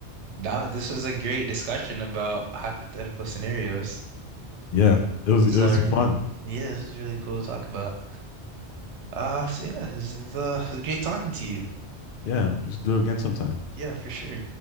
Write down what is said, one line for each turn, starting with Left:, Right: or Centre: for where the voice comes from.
Right: Now, this was a great discussion about hypothetical scenarios.
Left: Yeah, it was
Right: So,
Left: it was fun.
Right: yeah, this is really cool to talk about. Uh, so yeah, this is uh, it was great talking to you.
Left: Yeah, we should do it again sometime.
Right: Yeah, for sure.